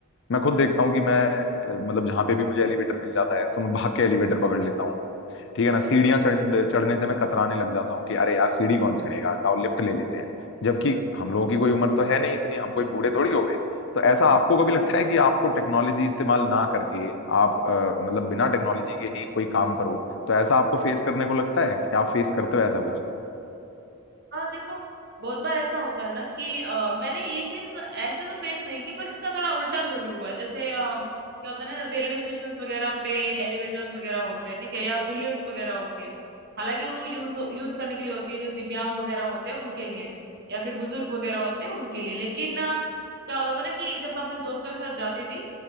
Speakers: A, on the left (about 55°); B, on the right (about 45°).
A: मैं खुद देखता हूँ कि मैं अ, मतलब जहां पे भी मुझे एलिवेटर मिल जाता है तो मैं भाग के एलिवेटर पकड़ लेता हूँ ठीक है ना सीढ़ियां चढ़ चढ़ने से मैं कतराने लग जाता हूँ कि अरे यार सीढ़ी कौन चढ़ेगा लाओ लिफ्ट ले लेते हैं जबकि हम लोगों की कोई उम्र तो है नहीं इतनी हम कोई बूढ़े थोड़ी हो गए तो ऐसा आपको कभी
B: बिल्कुल।
A: लगता है कि आपको टेक्नोलॉजी इस्तेमाल ना करके आप अ, मतलब बिना टेक्नोलॉजी के ही कोई काम करो तो ऐसा आपको फेस करने को लगता है कि आप फेस करते हो ऐसा कुछ
B: और देखो बहुत बार ऐसा होता है ना कि अ, मैंने ये चीज ऐसे तो फेस नहीं की पर इसका थोड़ा उल्टा जरूर हुआ है जैसे अ, क्या होता है ना रेलवे स्टेशन वगैरह पे एलिवेटर्स वगैरह होते हैं ठीक है या फिर लिफ्ट वगैरह होती है हालांकि वो यूज यूज करने के लिए होती है जो दिव्यांग वगैरह होते हैं उनके लिए या फिर बुजुर्ग वगैरह होते हैं उनके लिए लेकिन अ, क्या होता था ना कि जब मैं अपने दोस्तों के साथ जाती थी